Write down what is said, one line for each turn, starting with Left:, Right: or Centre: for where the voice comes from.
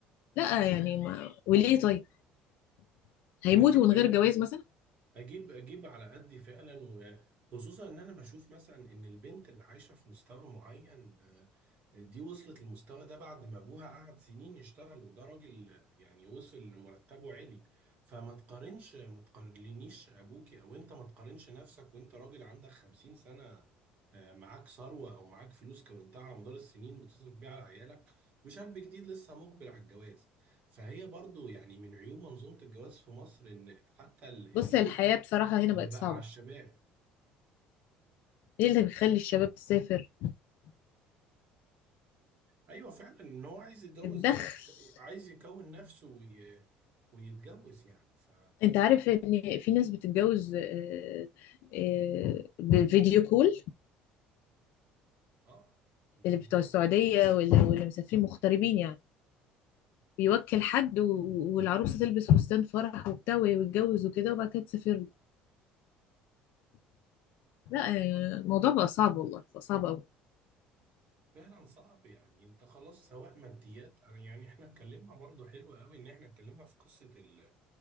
Left: لا يعني ما وليه طيب هيموتوا
Right: ما دي فعلا
Left: من غير جواز مثلا
Right: اجيب اجيب على قدي فعلا وخصوصا ان انا بشوف مثلا ان البنت اللي عايشه في مستوى معين آه، دي وصلت للمستوى ده بعد ما ابوها قعد سنين يشتغل وده راجل آه، يعني وصل لمرتبه عالي فما تقارنش ما تقارنيش ابوكي او انت ما تقارنش نفسك وانت راجل عندك 50 سنه آه، معاك ثروه او معاك فلوس كونتها على مدار السنين بتصرف بيها على عيالك وشاب جديد لسه مقبل على الجواز فهي برضو يعني من عيوب منظومة الجواز في مصر ان حتى مم. اللود
Left: بص الحياة بصراحة هنا
Right: اللي
Left: بقت
Right: بقى
Left: صعبة
Right: على الشباب
Left: ايه اللي بيخلي الشباب تسافر
Right: ايوه فعلا ان هو عايز يتجوز
Left: الدخل
Right: عايز يكون نفسه وي... ويتجوز يعني ف
Left: انت عارف ان في ناس بتتجوز آه، آه، بفيديو كول
Right: اه يعني
Left: اللي بتوع
Right: انا
Left: السعودية ولا ولا مسافرين مغتربين يعني بيوكل حد و- والعروسة تلبس فستان فرح وبتاع ويتجوز وكده وبعد كده تسافر له لا آه، الموضوع بقى صعب والله بقى صعب قوي
Right: فعلا صعب يعني انت خلاص سواء ماديات أنا يعني احنا اتكلمنا برضه حلو قوي ان احنا اتكلمنا في قصه ال-